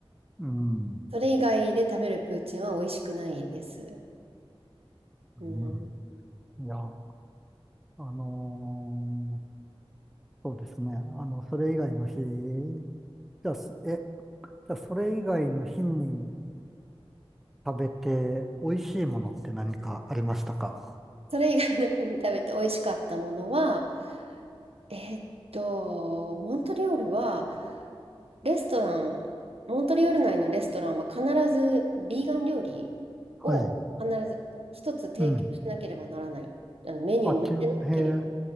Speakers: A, in the centre; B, on the right (about 75°).
A: うん、
B: それ以外で食べるプーチンは美味しくないです。
A: うん。
B: うん。
A: いや、あのーそうですね。あの、それ以外の日、じゃあ、すえ、じゃあそれ以外の日に食べて美味しいものって何かありましたか
B: それ以外の日に食べて美味しかったものは、えーっと、モントリオールはレストラン、モントリオール内のレストランは必ずビーガン料理を必ず一つ提供しなければならない。
A: はい。うん。
B: あのメニューに載せなけれ
A: あ、けん、へえ。